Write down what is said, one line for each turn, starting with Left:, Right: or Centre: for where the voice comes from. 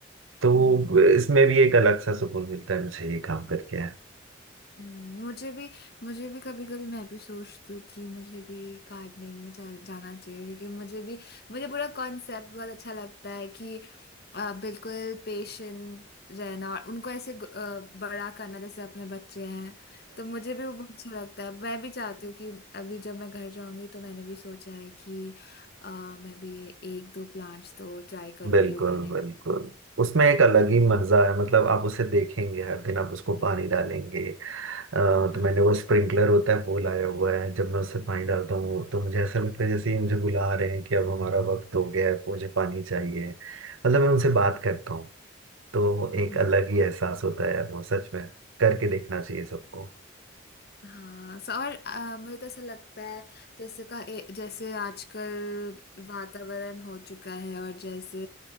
Right: तो
Left: हम्म,
Right: इसमें भी एक अलग सा सुकून मिलता है मुझे ये काम करके
Left: हम्म, मुझे भी मुझे भी कभी कभी मैं भी सोचती हूँ कि मुझे भी गार्डनिंग में जा, जाना चाहिए क्योंकि मुझे भी मुझे पूरा कॉन्सेप्ट बहुत अच्छा लगता है कि अ, बिल्कुल पेशेंट रहना और उनको ऐसे ग- अ, बड़ा करना जैसे अपने बच्चे हैं तो मुझे भी वो बहुत अच्छा लगता है मैं भी चाहती हूँ कि अभी जब मैं घर जाऊंगी तो मैंने भी सोचा है कि अ, मैं भी एक दो प्लांट्स तो ट्राई करूंगी
Right: बिल्कुल
Left: उगाने
Right: बिल्कुल
Left: का
Right: उसमें एक अलग
Left: क्योंकि
Right: ही मजा है मतलब आप उसे देखेंगे हर दिन आप उसको पानी डालेंगे अ, तो
Left: हाँ
Right: मैंने वो स्प्रिंकलर होता है वो लाया हुआ है जब मैं उससे पानी डालता हूँ तो मुझे ऐसा लगता है जैसे ही मुझे बुला रहे हैं कि अब हमारा वक्त हो गया है मुझे पानी चाहिए मतलब मैं उनसे बात करता हूँ तो
Left: हम्म
Right: एक अलग ही एहसास होता है यार वो सच में करके देखना चाहिए सबको
Left: हाँ स- और अ, मुझे तो ऐसा लगता है जैसे का ए, जैसे आजकल वातावरण हो चुका है और जैसे